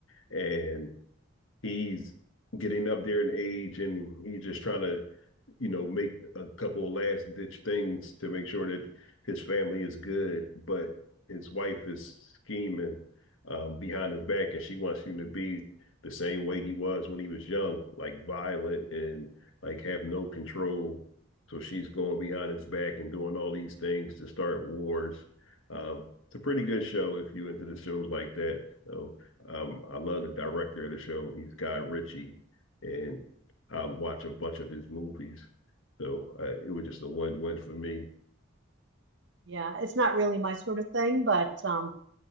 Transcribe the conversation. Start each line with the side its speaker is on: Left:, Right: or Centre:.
Left: and he's getting up there in age, and he's just trying to you know, make a couple of last ditch things to make sure that his family is good, but his wife is scheming um, behind his back, and she wants him to be the same way he was when he was young, like violent and like have no control. So she's going behind his back and doing all these things to start wars. Um, it's a pretty good show if you into the shows like that. So um, I love the director of the show. He's Guy Ritchie, and I watch a bunch of his movies. So uh, it was just a one-one for me.
Right: Yeah, it's not really my sort of thing, but um,